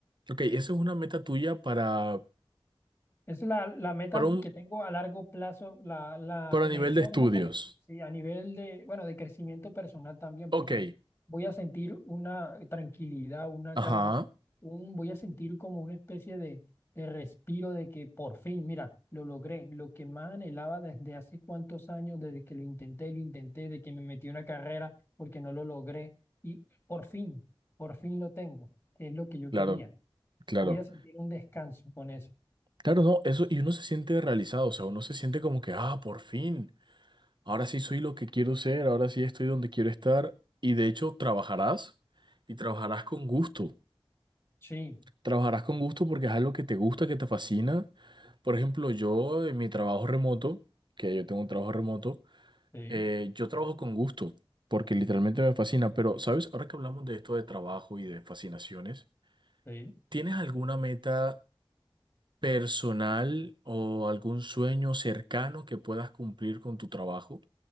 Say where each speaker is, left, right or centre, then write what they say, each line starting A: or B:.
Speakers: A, on the right (about 55°); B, on the left (about 25°).
A: Ok,
B: sí.
A: esa es una meta tuya para,
B: Es la, la meta
A: para un,
B: que tengo a largo plazo, la, la
A: para
B: mejor
A: nivel de estudios.
B: meta que tengo, sí, a nivel de, bueno, de crecimiento personal también,
A: Ok,
B: porque voy a sentir una tranquilidad, una
A: ajá,
B: calma, un, un- voy a sentir como una especie de, de respiro de que por fin, mira, lo logré, lo que más anhelaba desde hace cuántos años, desde que lo intenté, y lo intenté, de que me metí a una carrera porque no lo logré, y por fin, por fin lo tengo, que es lo que yo
A: claro,
B: quería.
A: claro.
B: Voy a sentir un descanso con eso.
A: Claro, no, eso, y uno se siente realizado, o sea, uno se siente como que, ah, por fin. Ahora sí soy lo que quiero ser, ahora sí estoy donde quiero estar y de hecho trabajarás y trabajarás con gusto.
B: Sí.
A: Trabajarás con gusto porque es algo que te gusta, que te fascina. Por ejemplo, yo en mi trabajo remoto, que yo tengo un trabajo remoto,
B: Sí.
A: eh, yo trabajo con gusto porque literalmente me fascina. Pero, ¿sabes? Ahora que hablamos de esto de trabajo y de fascinaciones,
B: Sí,
A: ¿tienes alguna meta personal o algún sueño cercano que puedas cumplir con tu trabajo?